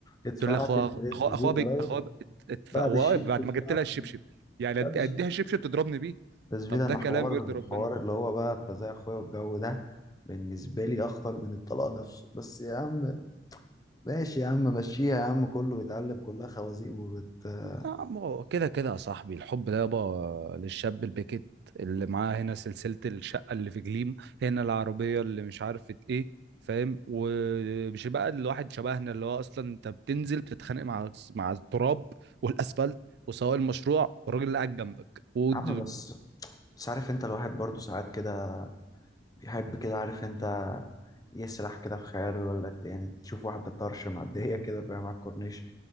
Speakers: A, on the left; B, on the right.
A: ادفعت
B: تقول لي أخوها
A: الفريند
B: أخوها
A: زون
B: أخوها بي-
A: يا راجل
B: أخوها ب- ات- ف-
A: بعد
B: هو
A: الشبشب
B: بعد
A: ادفعت
B: ما جبت لها الشبشب
A: ال-
B: يعني
A: بعد
B: أد-
A: الشبشب
B: أديها الشبشب تضربني بيه
A: بس بينا
B: طب ده
A: انا
B: كلام
A: حوار
B: يرضي
A: الحوار
B: ربنا
A: اللي هو بقى انت زي اخويا والجو ده بالنسبة لي اخطر من الطلاق نفسه بس يا عم ماشي يا عم مشيها يا عم كله بيتعلم كلها خوازيق وبت يا
B: آه، ما هو كده كده يا صاحبي الحب ده يابا للشاب الباكت اللي معاه هنا سلسلة الشقة اللي في جليم هنا العربية اللي مش عارفة ايه فاهم ومش بقى الواحد شبهنا اللي هو اصلا انت بتنزل بتتخانق مع مع التراب والاسفلت وسواق المشروع والراجل اللي قاعد جنبك ود...
A: عم بس بس عارف انت الواحد برضو ساعات كده بيحب كده عارف انت يسرح كده في خياله يقول لك يعني تشوف واحدة طرش معدية <laughs> كده فاهم على الكورنيش